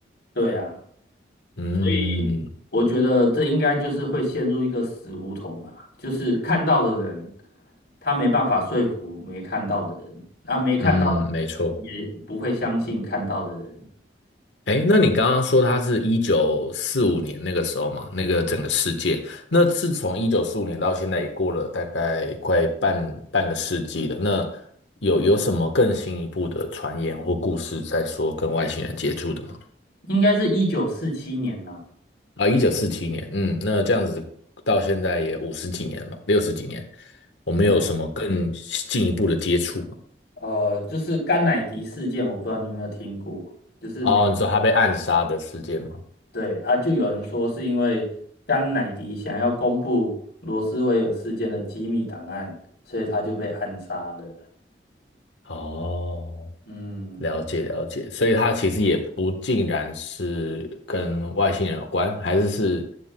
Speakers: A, on the left; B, on the left.
A: 对啊，
B: 嗯
A: 所以我觉得这应该就是会陷入一个死胡同啊，就是看到的人，他没办法说服没看到的人，那没看到的
B: 嗯，没错。
A: 人也不会相信看到的人。
B: 哎，那你刚刚说他是一九四五年那个时候嘛，那个整个世界，那自从一九四五年到现在也过了大概快半半个世纪了。那有有什么更新一步的传言或故事在说跟外星人接触的吗？
A: 应该是一九四七年呢、
B: 啊，一九四七年，嗯，那这样子到现在也五十几年了嘛，六十几年，我们有什么更进一步的接触吗？
A: 嘿呃，就是甘乃迪事件，我不知道你有没有听过，就是美，
B: 哦，你说他被暗杀的事件吗？
A: 对啊，就有人说是因为甘乃迪想要公布罗斯威尔事件的机密档案，所以他就被暗杀了。
B: 哦，
A: 嗯。
B: 了解了解，所以它其实也不尽然是跟外星人有关，还是是